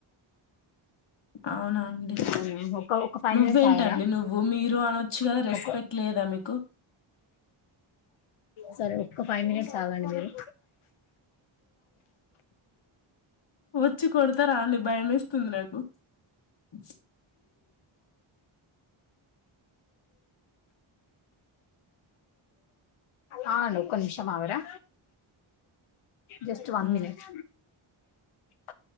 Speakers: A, on the left (about 60°); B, on the left (about 80°).
A: అవునా అండి.
B: అవునా ఒక ఒక ఫైవ్
A: నువ్వేంటండి
B: మినిట్స్ ఆగరా
A: నువ్వు మీరు అనొచ్చు కదా.
B: ఒక
A: రెస్పెక్ట్ లేదా మీకు.
B: సరే ఒక్క ఫైవ్ మినిట్స్ ఆగండి మీరు.
A: వచ్చి కొడతారా అండి భయమేస్తుంది నాకు <inaudible>
B: ఆ అండి ఒక్క నిమిషం అగరా జస్ట్ వన్
A: ఉమ్
B: మినిట్ ఎ <inaudible>